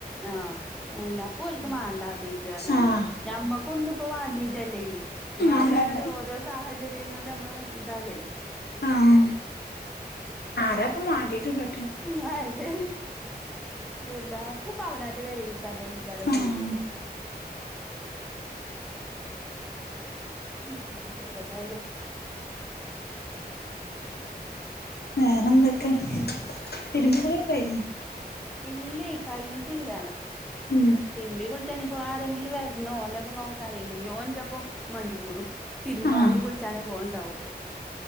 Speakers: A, in the centre; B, on the left.
A: ആഹ് പിന്ന അപ്പൊ ഓൽക്ക് മാണ്ടത്തേന്
B: ആഹ്
A: <unintelligible> ഞമ്മക്ക് ഒന്ന് പ്പോ വാണ്ടിട്ടല്ലേനി എന്നാലും
B: അതന്നെ
A: അങ്ങിട്ട് ഓരോ സാഹചര്യങ്ങളിൽ നമ്മള ഇതാകല്ലേ
B: ആഹ ആരാപ്പ മാണ്ടീട്ട് കെ
A: ഉ അതെ എല്ലാർക്കും ഇപ്പേ അവനാന്റെ പെരീൽക്കാൻ തന്നെ വിചാരം
B: ആഹ്
A: പൂതിക്കെ മ് ഏതായാലും
B: വേറെന്തക്കെ
A: പിന്നെ
B: തിരുമ്പിക്കുളിക്കെ കഴിഞ്ഞോ?
A: ഇല്ല്യ കഴിഞ്ഞിട്ടില്ല
B: ഉം
A: തിരുമ്പി കുളിച്ച് ഇപ്പോ ആരെങ്കിലും വരണോ ഓനൊക്കെ നോക്കാാനല്ലേ ഓൻ ൻ്റപ്പം മണ്ടി കൂടും. തിരുമ്പാനും
B: ആഹ്
A: കുളിച്ചാനും പോവണ്ടാവും